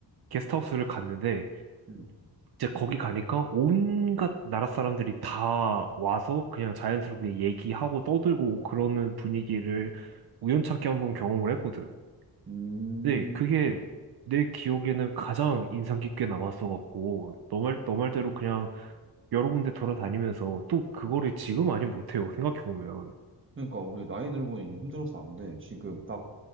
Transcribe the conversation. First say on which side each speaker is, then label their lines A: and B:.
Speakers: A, on the right; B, on the right.
A: 게스트하우스를 갔는데
B: 응,
A: 이제 거기 가니까 온갖 나라 사람들이 다 와서 그냥 자연스럽게 얘기하고 떠들고 그러는 분위기를 우연찮게 한번 경험을 했거든.
B: 음,
A: 근데 그게 내 기억에는 가장 인상 깊게 남았어갖고, 너 말, 너 말대로 그냥 여러 군데 돌아다니면서 또 그거를 지금 아니 못해요. 생각해보면.
B: 그러니까 우리 나이 들고는 이게 힘들어서 안 돼. 지금 딱